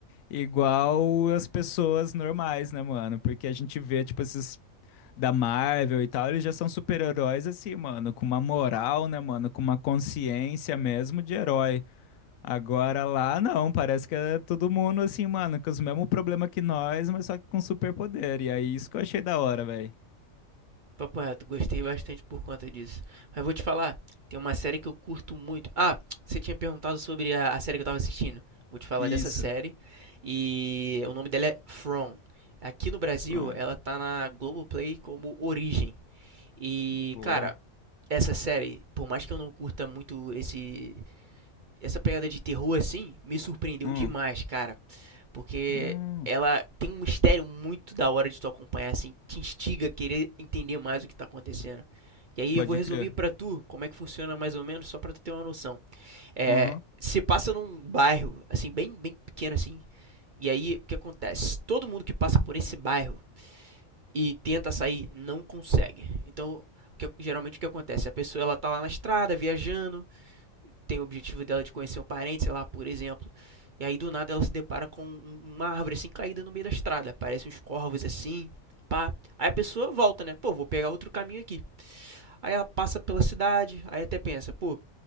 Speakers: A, on the left (about 85°); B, on the right (about 50°).
A: igual as pessoas normais, né, mano? Porque a gente vê, tipo, esses da Marvel e tal, eles já são super-heróis, assim, mano, com uma moral, né, mano? Com uma consciência mesmo de herói. Agora lá não, parece que é todo mundo assim, mano, com os mesmos problemas que nós, mas só que com superpoder. E aí isso que eu achei da hora, velho.
B: Papo reto, gostei bastante por conta disso. Mas vou te falar, tem uma série que eu curto muito. Ah, você tinha perguntado sobre a, a série que eu tava assistindo. Vou te falar
A: Isso.
B: dessa série. E o nome dela é From. Aqui no Brasil,
A: From.
B: ela tá na Globoplay como Origem. E,
A: Boa.
B: cara, essa série, por mais que eu não curta muito esse essa pegada de terror assim, me surpreendeu
A: Hum.
B: demais, cara. Porque
A: Hum.
B: ela tem um mistério muito da hora de tu acompanhar, assim, te instiga a querer entender mais o que tá acontecendo. E aí
A: Pode
B: eu vou resumir
A: crer.
B: pra tu como é que funciona mais ou menos, só pra tu ter uma noção. É,
A: Uhum.
B: se passa num bairro, assim, bem, bem pequeno assim, e aí o que acontece? Todo mundo que passa por esse bairro e tenta sair não consegue. Então, o que- geralmente o que acontece? A pessoa ela tá lá na estrada, viajando, tem o objetivo dela de conhecer um parente, sei lá, por exemplo. E aí do nada ela se depara com um- uma árvore assim caída no meio da estrada. Aparecem uns corvos assim, pá. Aí a pessoa volta, né? Pô, vou pegar outro caminho aqui. Aí ela passa pela cidade, aí até pensa, pô,